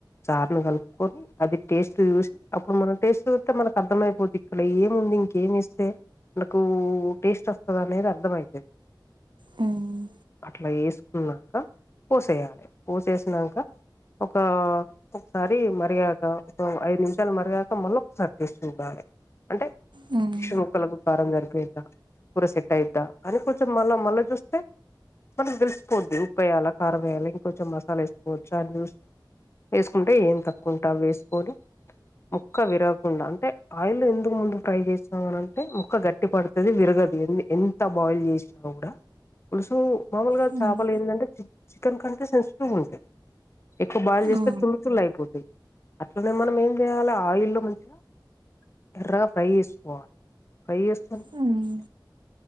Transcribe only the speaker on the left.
చారును కలుపుకొని అది టేస్ట్ చూసి అప్పుడు మనం టేస్ట్ చూస్తే మనకు అర్థమయిపోద్ది ఇక్కడ ఏముంది ఇంకేమి ఇస్తే నాకూ టేస్ట్ వస్తది అనేది అర్థమయితది
అట్లా ఏస్తే ఉన్నంక పోసేయాలి పోసేసినంక ఒక ఒకసారి మరియాగ్ ఒక ఐదు నిమిషాలు మరిగాక మళ్ళీ ఒక సారి టేస్ట్ చూడాలి అంటే
ఫిష్ ముక్కలకు కారం సరిపోయిదా కూర సెట్ అయిదా అని కొంచెం మళ్ళా మళ్ళా చూస్తే మనకి తెలిసిపోద్ది ఉప్పు వేయాలి కారం వేయాల ఇంకొంచెం మసాలా వేసుకోవచ్చు అని చూసి వేసుకుంటే ఏం తక్కువుంటే అవేసుకొని ముక్క విరగకుండా అంటే ఆయిల్ లో ఎందుకు ముందు ఫ్రై చేసినామనంటే ముక్క గట్టిపడుతు అది విరగదు ఎ ఎంత బాయిల్ చేసినా కూడా పులుసూ మాములుగా
చాపలు ఎందంటే చిక్ చికెన్ కంటే సెన్సిటివ్గా ఉంటాయి. ఎక్కువ బాయిల్ చేస్తే
తుల్లు తుల్లు అయిపోతాయి అట్లానే మనం ఏం చేయాలి ఆయిల్లో మంచిగా ఎర్ర ఫ్రై చేసుకోవాలి ఫ్రై చేసుకోని